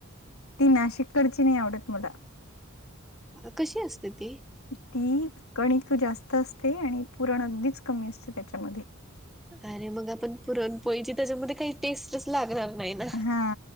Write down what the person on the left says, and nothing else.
ती नाशिककडची नाही आवडत मला.
ती कणिक जास्त असते आणि पुरण अगदीच कमी असते त्याच्यामध्ये.
हा